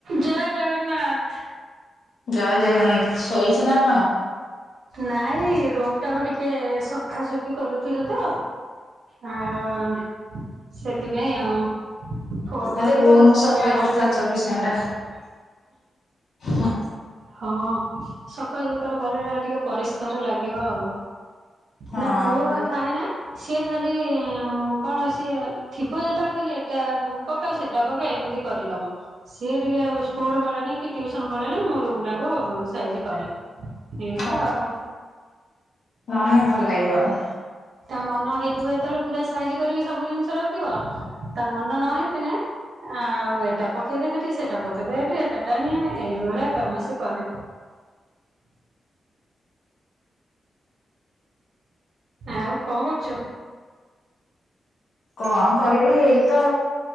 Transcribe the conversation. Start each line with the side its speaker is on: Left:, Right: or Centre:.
Right: ଜୟ ଜଗନ୍ନାଥ।
Left: ଜୟ ଜଗନ୍ନାଥ। ଶୋଇଛୁ ନା କଣ?
Right: ନାଇଁ ରୋ ଟାକୁ ଟିକେ ସଫାସଫି କରୁଥିଲି ତ ହଁ ସେଥିପାଇଁ ଆଉ। ଫୋନ
Left: ତୁ ଖାଲି
Right: କଲି
Left: ରୁମ
Right: ତ ମୁଁ ଏମତି
Left: ସଫା
Right: ବେଡରେ
Left: କରୁଥା
Right: ଟିକେ
Left: ଚବିଶ ଘଣ୍ଟା। ହଁ।
Right: ହଁ ସଫା ସୁତୁରା କରା ଟିକେ ପରିଷ୍କାର ଲାଗିବ ଆଉ।
Left: ହଁ
Right: ନା ପୁଅ
Left: ଯୋଉ
Right: ଥାଏ ନା। ସିଏ ଖାଲି କଣ ସିଏ ଥିବ ଯେତେବେଳେ ଖାଲି ଏଟା ପକା ସେଟା ପକା ମ କରିଦବ ସିଏ ଟିକେ ସ୍କୁଲ ପଳେଇଲେ କି ଟ୍ୟୁସନ ପଳେଇଲେ ମୋ ରୁମ ଟାକୁ ସାଇ କରେ। ଏଇ
Left: ହଁ
Right: ତ
Left: ବା
Right: ଆଉ।
Left: ନହେଲେ ଭଲ ଲାଗିବନି।
Right: ତା ମନ ହେଇଥିବ ଯେତେବେଳେ ପୁରା ସାଇଜି କରିକି ସବୁ ଜିନିଷ ରଖିବ। ତା ମନ ନ ହେଇଥିନେ ଆଉ ଏଟା ପକେଇଦେ ଏଠି ସେଟା ପକେଇଦେ ହେଠି ହେଠା ଟାଣି ଆଣେ ଏଇଭଳିଆ କାମ ସେ କରେ। ଆଉ କଣ କରୁଛୁ?
Left: କଣ କରିବି ଏଇ ତ